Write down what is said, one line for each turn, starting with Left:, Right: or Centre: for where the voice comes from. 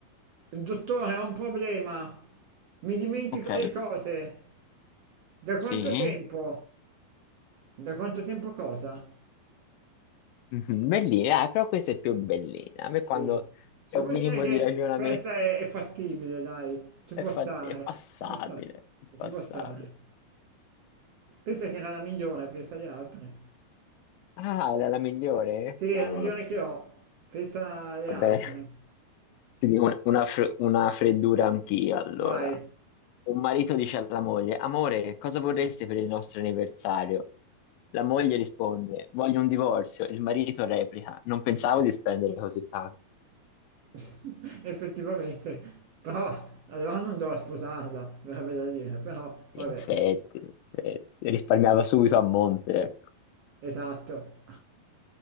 Right: il dottore, ho un problema. Mi dimentico
Left: Ok,
Right: le cose. Da quanto
Left: sì.
Right: tempo? Da quanto tempo cosa?
Left: Mhm, Bellina, eh, però questa è più bellina.
Right: Sì.
Left: A me quando c'è
Right: Devo
Left: un
Right: dire
Left: minimo
Right: che
Left: di ragionamento
Right: questa è, è fattibile, dai. Ci
Left: È,
Right: può
Left: fatti-
Right: stare,
Left: è passabile,
Right: ci può stare,
Left: è
Right: ci
Left: passabile.
Right: può stare. Pensa che era la migliore, pensa alle altre.
Left: Ah, era la migliore?
Right: Sì,
Left: Cavolo.
Right: è la migliore che ho, pensa alle
Left: Vabbè,
Right: altre.
Left: ti dico una, una fr- una freddura anch'io, allora.
Right: Vai,
Left: Un marito dice alla moglie, amore, cosa vorresti per il nostro anniversario? La moglie risponde, voglio un divorzio. Il marito replica, non pensavo di spendere così tanto.
Right: <laughs> effettivamente. Però allora non devo sposarla, verrebbe da dire, però vabbè,
Left: In effetti, in effetti. risparmiava subito a monte, ecco.
Right: esatto.